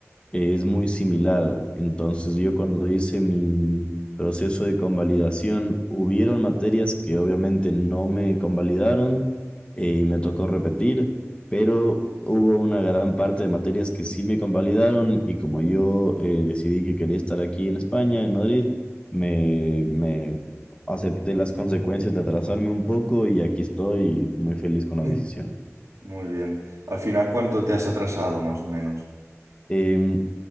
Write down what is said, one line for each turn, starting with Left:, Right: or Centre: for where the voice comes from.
Left: eh, es muy similar. Entonces, yo cuando hice mi proceso de convalidación, hubieron materias que obviamente no me convalidaron eh, y me tocó repetir, pero hubo una gran parte de materias que sí me convalidaron y como yo eh, decidí que quería estar aquí en España, en Madrid, me, me acepté las consecuencias de atrasarme un poco y aquí estoy muy feliz con la
Right: <clears throat>
Left: decisión.
Right: Muy bien. Al final, ¿cuánto te has atrasado más o menos?
Left: Em,